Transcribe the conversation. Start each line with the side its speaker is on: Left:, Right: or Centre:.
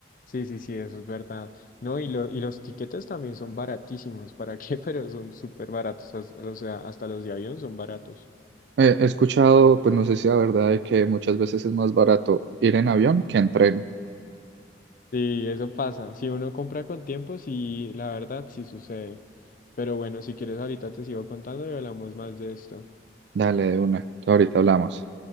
Left: Sí, sí, sí, eso es verdad. No, y, lo, y los tiquetes también son baratísimos. ¿Para qué? <laughs> Pero son súper baratos. as- O sea, hasta los de avión son baratos.
Right: Eh, He escuchado,
Left: Sí.
Right: pues no sé si la verdad, de que muchas veces es más barato ir en avión que en tren.
Left: Sí, eso pasa. Si uno compra con tiempo, sí, la verdad, sí sucede. Pero bueno, si quieres, ahorita te sigo contando y hablamos más de esto.
Right: Dale, de una, ahorita hablamos.